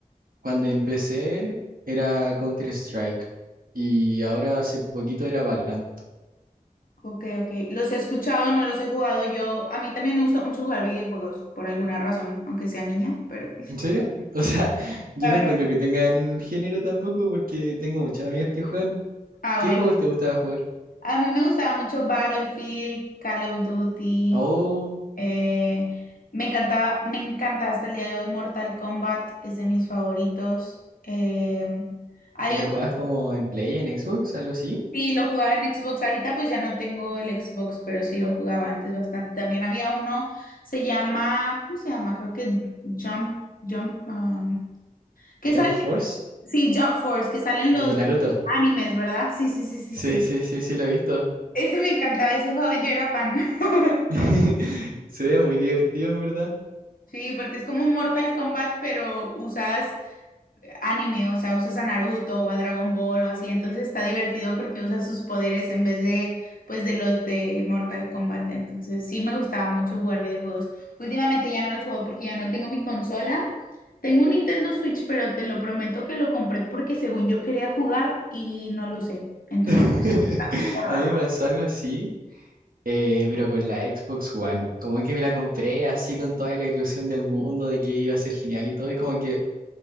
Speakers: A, on the right; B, on the left.
A: cuando empecé era Counter-Strike y ahora hace poquito era Valorant.
B: ok, ok, los he escuchado, no los he jugado yo, a mí también me gusta mucho jugar videojuegos, por alguna razón, aunque sea niña, pero,
A: ¿En serio? <laughs> O sea, yo
B: la
A: no
B: verdad,
A: encuentro que tengan género tampoco porque tengo muchas amigas que juegan.
B: ah,
A: ¿Qué
B: bueno,
A: juegos te gustaba jugar?
B: a mí me gustaba mucho Battlefield, Call of Duty,
A: Oh,
B: Eh, me encanta, me encanta hasta el día de hoy Mortal Kombat, es de mis favoritos. Eh, hay
A: ¿y lo
B: uno
A: jugabas
B: que
A: como en Play, en Xbox, algo así?
B: sí lo jugaba en Xbox, ahorita pues ya no tengo el Xbox, pero sí lo jugaba antes bastante. También había uno, se llama, ¿cómo se llama? Creo que Jump, Jump, ah, ¿qué
A: Jump
B: sale?
A: Force,
B: Sí, Jump Force, que salen
A: el
B: los
A: de Naruto.
B: animes, ¿verdad? Sí, sí, sí, sí,
A: Sí,
B: sí.
A: sí, sí, sí, lo he visto.
B: Ese me encantaba, ese juego yo era fan. <laughs>
A: <laughs> Se ve muy divertido, en verdad.
B: Sí, porque es como un Mortal Kombat, pero usas anime, o sea, usas a Naruto o a Dragon Ball o así, entonces está divertido porque usas sus poderes en vez de, pues, de los de Mortal Kombat, entonces sí me gustaba mucho jugar videojuegos. Últimamente ya no los juego porque ya no tengo mi consola. Tengo un Nintendo Switch, pero te lo prometo que lo compré porque según yo quería jugar y no lo usé. Entonces,
A: <laughs>
B: está guardado.
A: A mí me pasó algo así Eh, pero con la Xbox One, como que me la compré así con toda la ilusión del mundo de que iba a ser genial y todo, y como que